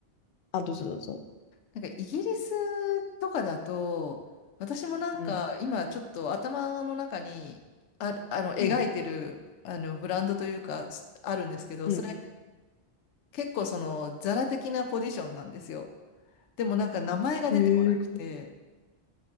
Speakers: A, on the left; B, on the left.
A: あ、どうぞどうぞ。
B: なんかイギリスとかだと、私もなんか今ちょっと頭の中にある、
A: うん。
B: あの、描いてる、
A: うん。
B: あの、ブランドというか、すあるんですけど、
A: うん。
B: それ結構その、ザラ的なポジションなんですよ。でもなんか名前が出てこなくて、
A: へえ。